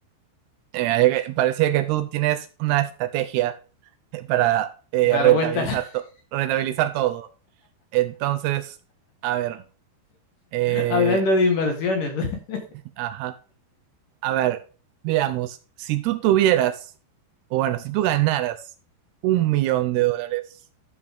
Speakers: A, on the right; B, on the left.
A: eh, ahí que- parecía que tú tienes una estrategia para eh,
B: dar
A: rentabilizar,
B: vuelta <laughs>
A: to- rentabilizar todo. Entonces, a ver. eh,
B: hablando de inversiones. <laughs>
A: ajá. A ver, veamos. Si tú tuvieras, o bueno, si tú ganaras un millón de dólares,